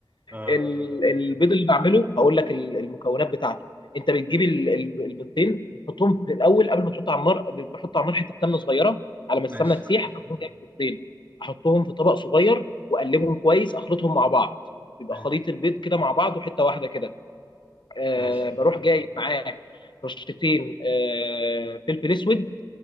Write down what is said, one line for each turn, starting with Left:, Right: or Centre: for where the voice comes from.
Right: اه
Left: ال- البيض اللي بعمله هقول لك ال- المكونات بتاعته انت بتجيب ال- ال- البيضتين بتحطهم في الاول قبل ما تحط على النار بحط على النار حته سمنه صغيره على ما السمنه
Right: ماشي
Left: تسيح اكون جايب البيضتين احطهم في طبق صغير واقلبهم كويس اخلطهم مع بعض بيبقى
Right: ماشي
Left: خليط البيض كده مع بعض وحته واحده كده أه
Right: ماشي
Left: بروح جايب معاه رشتين أه فلفل اسود